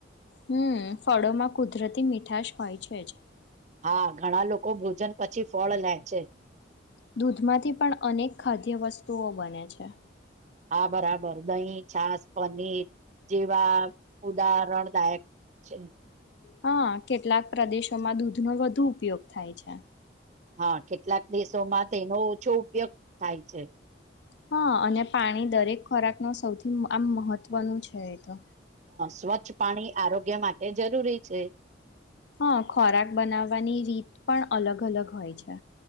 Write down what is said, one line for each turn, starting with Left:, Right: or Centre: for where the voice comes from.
Left: હમ ફળોમાં કુદરતી મીઠાશ હોય છે જ
Right: હા ઘણા લોકો ભોજન પછી ફળ લે છે
Left: દૂધમાંથી પણ અનેક ખાદ્ય વસ્તુઓ બને છે
Right: હા બરાબર દહીં છાસ પનીર જેવા ઉદાહરણદાયક છે
Left: હા કેટલાક પ્રદેશોમાં દૂધ નો વધુ ઉપયોગ થાય છે
Right: હા કેટલાક દેશોમાં તેનો ઓછો ઉપયોગ થાય છે
Left: હા અને પાણી દરેક ખોરાક ન સૌથી આમ મહત્વનું છે એ તો
Right: સ્વચ્છ પાણી આરોગ્ય માટે જરૂરી છે
Left: હા ખોરાક બનાવવાની રીત પણ અલગ અલગ હોય છે